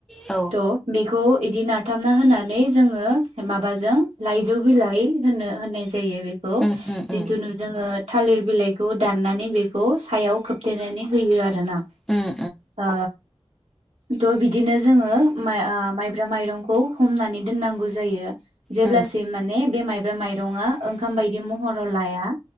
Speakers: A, in the centre; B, on the right (about 90°).
A: औ
B: थ' बेखौ इदि नाथाबना होनानै जोंङो माबाजों लाइजौ बिलाइ होनो होननायज
A: उम
B: <unintelligible>
A: उम
B: जिन्थुुनु जोङो थालिर बिलाइखौ दाननानै बेखौ सायाव खोबथेनानै होयो आ रोना
A: उम उम
B: ओ थ' बिदिनो जोङो मा ओ माइब्रा माइरंखौ हमनानै दोननांगौ जायो। जेब्लासिम
A: उम
B: माने बे माइ ब्रा माइरंआ ओंखाम बायदि महर र'लाया।